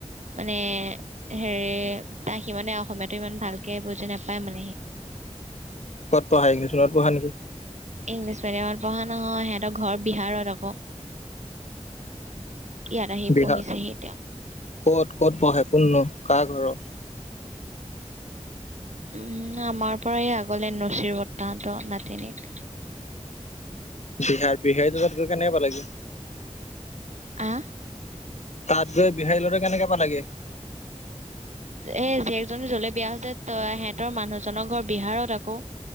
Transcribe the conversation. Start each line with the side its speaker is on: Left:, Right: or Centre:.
Right: মানে হেৰি সি মানে অসমীয়াাতটো ইমান ভালকে বুজি নাপায় মানে সি
Left: ক'ত পঢ়া একচোনত পঢ়া নেকি
Right: ইংলিছ মিডিয়ামত পঢ়া নহয় সিহঁতৰ ঘৰ বিহাৰত আকৌ ইয়াত আহি
Left: বিহাৰ
Right: পঢ়িছেহি এতিয়া।
Left: কত ক'ত পঢ়ে কোননো কাৰ ঘৰৰ
Right: উম আমাৰ পৰাই আগলে নচিৰ বৰ্তাহত নাতিনক <unintelligible>
Left: বিহাৰ বিহাৰটো তাত গৈ কেনেকুৱা লাগে
Right: আহ
Left: তাত গৈ বিহাৰী লত কেনেকে প লাগে
Right: এই জীয়েকজনী যলে বিয়া হৈছে ত সিহঁতৰ মানুহজনৰ ঘৰ বিহাৰত আকৌ